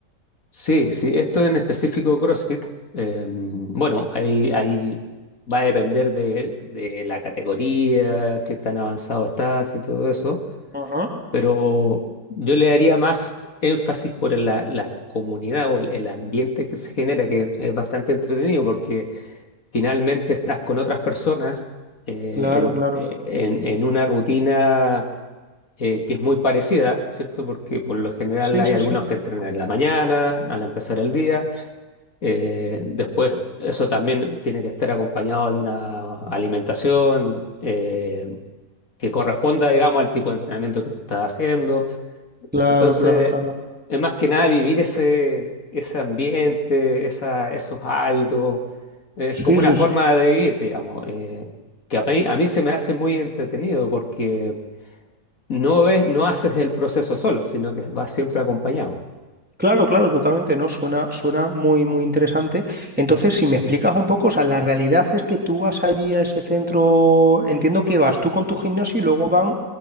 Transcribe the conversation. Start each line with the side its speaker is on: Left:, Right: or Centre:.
Left: Sí, sí, esto en específico CrossFit, eh, bueno, ahí, ahí va a depender de, de la categoría, qué tan avanzado estás y todo eso,
Centre: Ajá.
Left: pero yo le daría más énfasis por la, la comunidad o el, el ambiente que se genera, que es bastante entretenido porque finalmente estás con otras personas eh,
Centre: Claro,
Left: en,
Centre: claro.
Left: eh, en- en una rutina eh, que es muy parecida, ¿cierto? Porque por lo general
Centre: Sí,
Left: hay
Centre: sí,
Left: algunos
Centre: sí.
Left: que entrenan en la mañana, al empezar el día eh, después, eso también tiene que estar acompañado de una alimentación eh, que corresponda, digamos, al tipo de entrenamiento que tú estás haciendo.
Centre: Claro,
Left: Entonces,
Centre: claro, claro.
Left: es más que nada vivir ese, ese ambiente, esa- esos hábitos. Es como
Centre: Sí,
Left: una
Centre: sí,
Left: forma
Centre: sí.
Left: de vivir, digamos, eh, que a mí, a mí se me hace muy entretenido porque no es, no haces el proceso solo, sino que vas siempre acompañado.
Centre: Claro, claro, totalmente, ¿no? Suena, suena muy, muy interesante. Entonces, si me explicas un poco, o sea, la realidad es que tú vas allí a ese centro, entiendo que vas tú con tu gimnasio y luego van